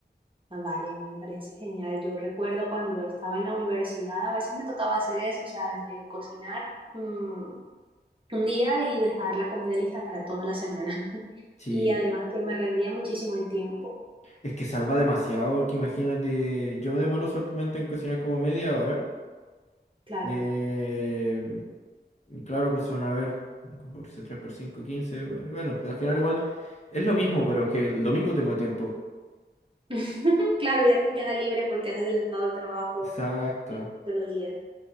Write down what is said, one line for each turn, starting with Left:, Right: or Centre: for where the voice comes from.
Right: Ah, vale, me parece genial. Yo recuerdo cuando estaba en la universidad, a veces me tocaba hacer eso, ¿sabes? De cocinar mm, un día y dejar la comida lista para toda la semana. <laughs>
Left: Sí,
Right: Y además que me rendía muchísimo el tiempo,
Left: Es que salva demasiado, porque imagínate, yo me demoro solamente en cocinar como media hora.
Right: claro.
Left: eh, y claro, pues van a ver, por se- 3 por 5 quince Bueno, bueno, pues al final igual es lo mismo, pero es que el domingo tengo tiempo.
Right: <laughs> Claro, ya te queda libre porque has adelantado el trabajo
Left: Exacto.
Right: de un solo día.